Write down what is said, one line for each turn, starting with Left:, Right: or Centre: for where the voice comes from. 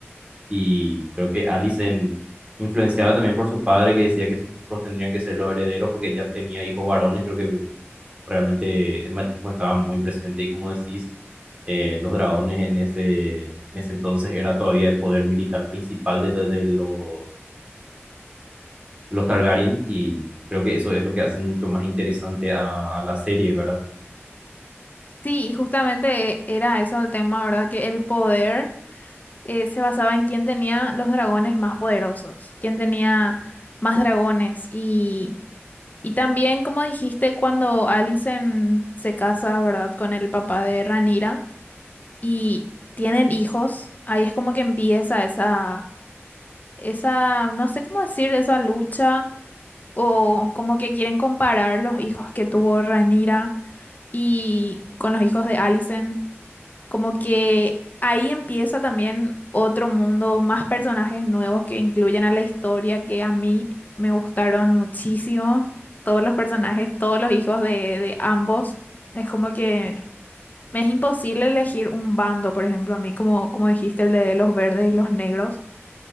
Right: y creo que Alicent, influenciada también por su padre, que decía que sus hijos tendrían que ser los herederos porque ella tenía hijos varones, creo que realmente el machismo estaba muy presente y como decís, eh, los dragones en ese, en ese entonces eran todavía el poder militar principal de, de- de los, de los Targaryen y creo que eso es lo que hace mucho más interesante a, a la serie, ¿verdad?
Left: Sí, y justamente era eso el tema, ¿verdad? Que el poder eh, se basaba en quién tenía los dragones más poderosos, quién tenía más dragones. Y, y también, como dijiste, cuando Alicent se casa, ¿verdad? Con el papá de Ranira y tienen hijos, ahí es como que empieza esa, esa, no sé cómo decir, esa lucha o como que quieren comparar los hijos que tuvo Rhaenyra y con los hijos de Alicent, como que ahí empieza también otro mundo, más personajes nuevos que incluyen a la historia que a mí me gustaron muchísimo, todos los personajes, todos los hijos de, de ambos, es como que me es imposible elegir un bando, por ejemplo, a mí como, como dijiste, el de los verdes y los negros,